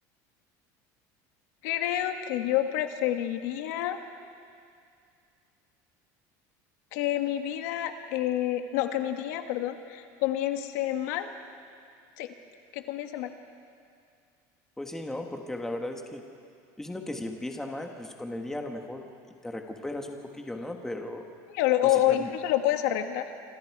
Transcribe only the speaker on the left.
Creo que yo preferiría que mi vida, eh, no, que mi día, perdón, comience mal. Sí, que comience mal.
Sí, O, lo-
o
o incluso lo puedes arreglar.